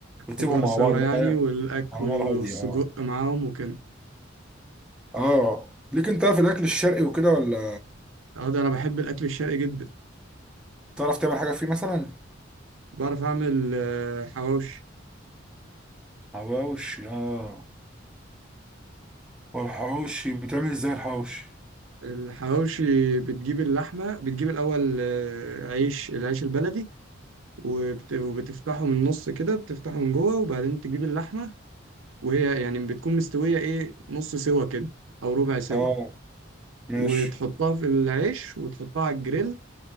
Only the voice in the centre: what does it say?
وتسيبهم
مع
بعض
بقى يعني
على نار هادية
اه
اه ليك انت في الأكل الشرقي وكده ولا
تعرف تعمل حاجة فيه مثلا؟
حواوشي اه والحواوشي بيتعمل ازاي الحواوشي؟
اه ماشي